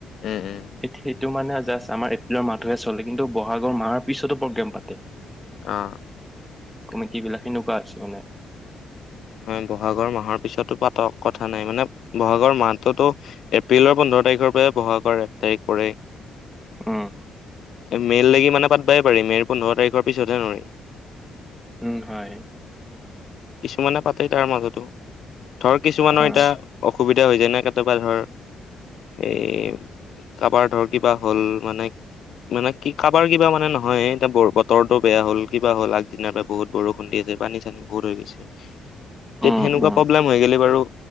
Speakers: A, on the left; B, in the centre.
A: এ এ।
B: সেইটো মানে জাষ্ট আমাৰ এপ্ৰিলৰ মাহটোহে চলে কিন্তু বহাগৰ মাহৰ পিছতো প্ৰগ্ৰেম পাতে।
A: অঁ।
B: কমিটি বিলাক সেনেকুৱা আছে মানে।
A: হয় বহাগৰ মাহৰ পিছতো পাতক কথা নাই মানে বহাগৰ মাহতোতো। এপ্ৰিলৰ পোন্ধৰ তাৰিখৰ পৰা বহাগ কৰ এক তাৰিখ পৰেই।
B: উম,
A: মেইৰ লাগি মানে পাতবাই পাৰি মেইৰ পোন্ধৰ তাৰিখৰ পিছতহে নহয়।
B: উম হয়।
A: কিছুমানে পাতে তাৰ মাজতো ধৰ কিছুমানৰ
B: অ',
A: এতিয়া অসুবিধা হৈ যায় ন কেতিয়াবা ধৰ। এ কাবাৰ ধৰ কিবা হ'ল মানে মানে কি কাবাৰ কিবা মানে নহয় এতিয়া বতৰটো বেয়া হ'ল কিবা হ'ল আগদিনাৰ পৰা বহুত বৰষুণ দি আছে পানী চানি বহুত লাগিছে তে
B: উম,
A: সেনেকুৱা
B: উম।
A: প্ৰব্লেম হৈ গলে বাৰু